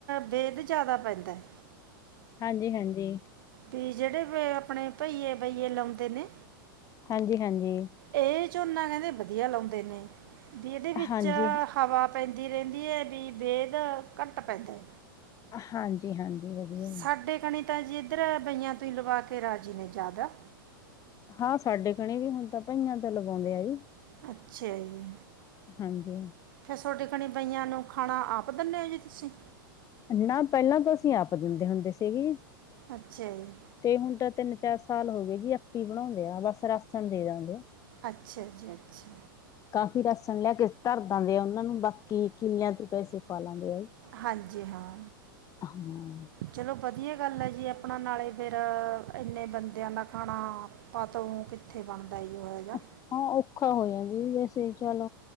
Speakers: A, on the right (about 70°); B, on the left (about 30°).
A: ਵੇਦ ਜਿਆਦਾ ਪੈਂਦਾ ਹੈ।
B: ਹਾਂਜੀ ਹਾਂਜੀ,
A: ਵੀ ਜਿਹੜੇ ਵੀ ਆਪਣੇ ਭਹੀਏ ਬਈਏ ਲਾਉਂਦੇ ਨੇ,
B: ਹਾਂਜੀ-ਹਾਂਜੀ,
A: ਇਹ ਝੋਨਾ ਕਹਿੰਦੇ ਵਧੀਆ ਲਾਉਂਦੇ ਨੇ, ਵੀ ਇਹਦੇ ਵਿੱਚ
B: ਹਾਂਜੀ
A: ਹਵਾ ਪੈਂਦੀ ਰਹਿੰਦੀ ਹੈ ਬ ਬੇਦ ਘੱਟ ਪੈਂਦਾ ਹੈ।
B: ਹਾਂਜੀ-ਹਾਂਜੀ, ਵਧੀਆ
A: ਸਾਡੇ ਕਣੀ ਤਾਂ ਜੀ, ਇੱਧਰ ਬਈਆਂ ਤੋਂ ਹੀ ਲਵਾ ਕੇ ਰਾਜੀ ਨੇ ਜ਼ਿਆਦਾ,
B: ਹਾਂ ਸਾਡੇ ਕਣੇ ਵੀ ਹੁਣ ਤਾਂ ਬਈਆਂ ਤਾਂ, ਉਂਦੇ ਆ ਜੀ,
A: ਅੱਛਾ ਜੀ
B: ਹਾਂਜੀ
A: ਫੇਰ ਤੋਡੀ ਕਣੀ ਬਈਆਂ ਨੂੰ, ਖਾਣਾ ਆਪ ਦਿੰਨੇ ਹੋ ਜੀ ਤੁਸੀਂ
B: ਨਾ ਪਹਿਲਾਂ ਤੋਂ ਅਸੀਂ ਆਪ ਦਿੰਦੇ ਹੁੰਦੇ ਸੀਗੇ
A: ਅੱਛਾ ਜੀ
B: ਤੇ ਹੁਣ ਤਾਂ ਤਿੰਨ ਚਾਰ ਸਾਲ ਹੋ ਗਏ ਜੀ ਆਪ ਹੀ ਬਣਾਉਂਦੇ। ਆ ਬਸ ਰਾਸਣ ਦੇ ਦਿੰਦੇ ਆ।
A: ਅੱਛਾ ਜੀ ਅੱਛਾ,
B: ਕਾਫ਼ੀ ਰਾਸ਼ਨ ਲੈ ਕੇ ਧਰਦਾ ਦੇ ਆ ਉਹਨਾਂ ਨੂੰ ਬਾਕੀ ਕਿੱਲਿਆਂ ਤੇ ਪੈਸੇ ਪਾ ਲਾਂਦੇ ਆ
A: ਹਾਂਜੀ ਹਾਂ
B: ਹਾਂ।
A: ਚਲੋ ਵਧੀਆ ਗੱਲ ਹੈ ਜੀ ਆਪਣਾ ਨਾਲੇ ਫੇਰ ਇੰਨੇ ਬੰਦਿਆਂ ਦਾ ਖਾਣਾ ਆਪ ਤ ਕਿੱਥੇ ਬਣਦਾ ਜੀ ਉਹ ਜਿਹਾ
B: ਹਾਂ ਔਖਾ ਹੋ ਜਾਦਾ ਵੈਸੇ ਚਲ,